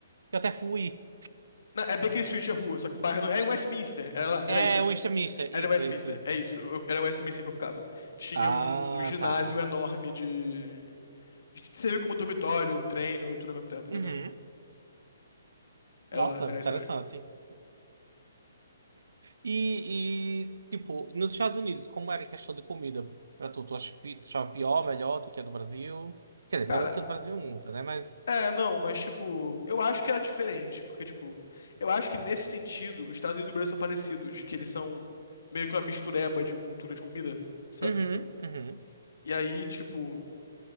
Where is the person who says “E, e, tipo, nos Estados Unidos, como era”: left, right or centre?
Right